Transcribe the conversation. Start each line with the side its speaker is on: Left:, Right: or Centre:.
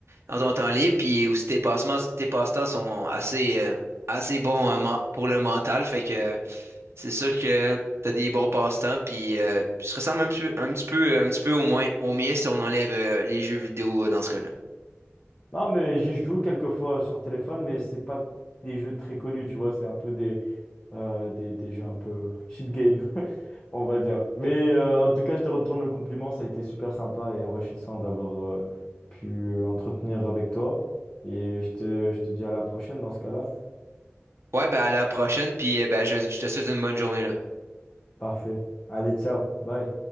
Right: dans ton temps libre, puis aussi tes passements, tes passe-temps sont assez, euh, assez bons euh, men- pour le mental, fait que euh, c'est sûr que t'as des bons passe-temps, puis euh, tu te ressembles un petit, un petit peu, un petit peu au moins au mien si on enlève euh, les jeux vidéo euh, dans ce cas-là.
Left: Non, mais j'y joue quelques fois sur téléphone, mais c'est pas des jeux très connus, tu vois, c'est un peu des. euh, des, des jeux un peu euh, shit game, <laughs> on va dire. Mais euh, en tout cas, je te retourne le compliment. Ça a été super sympa et enrichissant d'avoir euh, pu entretenir avec toi. Et je te, je te dis à la prochaine dans ce cas-là.
Right: Ouais, ben à la prochaine, puis euh, ben, je, je te souhaite une bonne journée, là.
Left: Parfait. Allez, ciao. Bye.